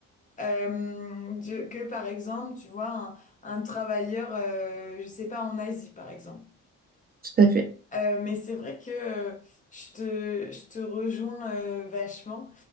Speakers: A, on the left; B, on the right.
A: Euh, du- que par exemple, tu vois, un, un travailleur, euh, je sais pas, en Asie, par exemple.
B: tout à fait.
A: Euh, mais c'est vrai que euh, je te, je te rejoins euh, vachement.